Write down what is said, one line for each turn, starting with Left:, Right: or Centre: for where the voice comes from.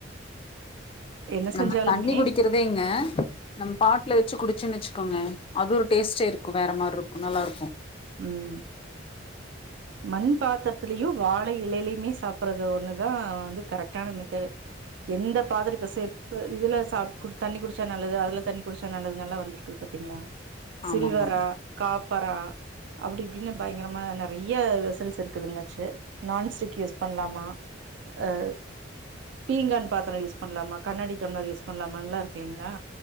Right: என்ன
Left: நம்ம
Right: செஞ்சாலுமே
Left: தண்ணி குடிக்கிறதேங்க நம்ம பாட்ல வெச்சு குடிச்சோன்னு வெச்சுக்கோங்க அது ஒரு டேஸ்ட்டே இருக்கு வேற மாருக்கு நல்லாருக்கு
Right: உம் மண் பாத்திரத்துலயு வாழை இலையிலயுமே சாப்புடுறது ஒண்ணுதா அஹ் வந்து கரெக்டான மெத்தடு எந்த பாதிரப்ப செப் இதுல சா குடு தண்ணி குடிச்சா நல்லது அதுல தண்ணி குடிச்சா நல்லது நல்லா வந்திருக்குது பாத்தீங்களா
Left: ஆமாமா
Right: சில்வரா காப்பரா அப்டி இப்டின்னு பயங்கரமா ந நெறைய வெசல்ஸ் இருக்குதுங்களாச்சு நான்ஸ்டிக் யூஸ் பண்ணலாமா அஹ் பீங்கான் பாத்திரோ யூஸ் பண்ணலாமா கண்ணாடி டம்ளர் யூஸ் பண்ணலாமாலா இருக்குளைங்களா